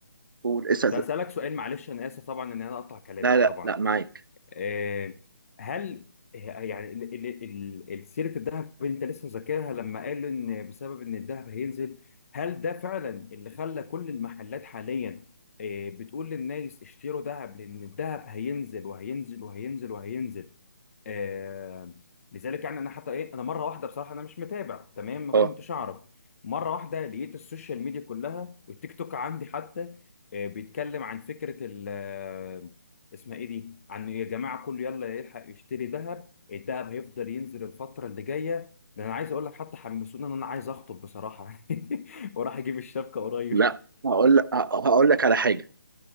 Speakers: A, on the right; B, on the left.
A: والاسعار
B: كنت هسألك سؤال معلش انا اسف طبعا ان انا اقطع كلامك
A: لا لا
B: طبعا
A: لا معاك
B: آه، هل يعني ال- ال- ال- ال- سيرة الذهب اللي انت لسه ذاكرها لما قال ان بسبب ان الذهب هينزل هل ده فعلا اللي خلى كل المحلات حاليا آه، بتقول للناس اشتروا ذهب لان الذهب هينزل وهينزل وهينزل وهينزل آه لذلك يعني انا حتى ايه انا مره واحده بصراحه انا مش متابع تمام ما
A: اه
B: كنتش اعرف مره واحده لقيت السوشيال ميديا كلها والتيك توك عندي حتى آه بيتكلم عن فكره ال آه، اسمها ايه دي عن يا جماعه كله يلا يلحق يشتري ذهب الذهب هيفضل ينزل الفتره اللي جايه ده انا عايز اقول لك حتى حمسوني ان انا عايز اخطب بصراحه <laughs> وراح اجيب الشبكه قريب
A: لا هقول لك هقول لك على حاجة